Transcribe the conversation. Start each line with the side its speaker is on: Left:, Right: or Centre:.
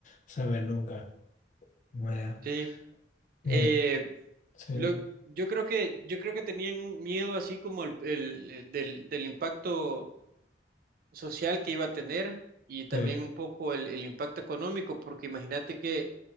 Left: saber nunca. Bueno,
Right: sí. Eh,
Left: eh, sí,
Right: lo- yo creo que, yo creo que tenían un miedo así como el, el- el del, del impacto social que iba a tener y también
Left: eh,
Right: un poco el, el impacto económico, porque imagínate que